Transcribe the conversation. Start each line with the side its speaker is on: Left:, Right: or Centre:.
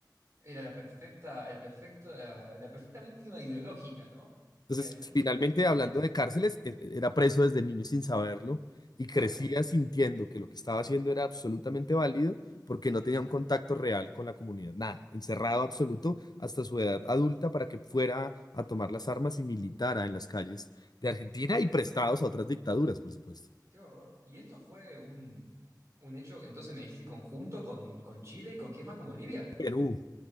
Right: Era la perfecta, el perfecto, la, la perfecta víctima ideológica, ¿no?
Left: Entonces,
Right: Y además
Left: finalmente,
Right: el miedo,
Left: hablando de cárceles, e- e, era preso desde niño sin saberlo y
Right: claro,
Left: crecía sintiendo que lo que estaba haciendo era absolutamente válido porque no
Right: me dice,
Left: tenía un contacto real con la comunidad, nada, encerrado
Right: y sí,
Left: absoluto hasta su edad adulta para que fuera a tomar las armas y militara en las calles de Argentina y prestados a otras dictaduras, por supuesto.
Right: qué horror. Y esto fue un, un hecho, entonces me dijiste conjunto con, con Chile y con quién más, con Bolivia,
Left: Perú,